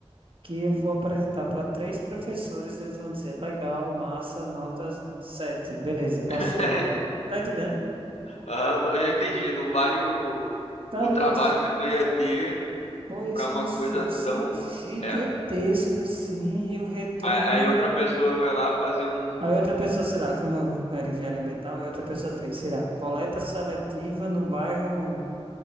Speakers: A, on the right (about 55°); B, on the left (about 80°).
A: que eu vou apresentar para três professores. Eles vão dizer: legal, massa, notas 7, Beleza, passou.
B: <laughs>
A: Tá entendendo?
B: Aham, não- eu entendi. Não vale o,
A: Cara,
B: o trabalho
A: eu ia-
B: que tu ia ter
A: pô, ia
B: pra
A: ser
B: uma
A: um esforço
B: coisa tão.
A: gigantesco
B: É.
A: assim e o retorno.
B: Aí, aí outra pessoa vai lá fazer um.
A: Aí outra pessoa, sei lá, como eu era engenharia ambiental, aí outra pessoa fez, sei lá, coleta seletiva no bairro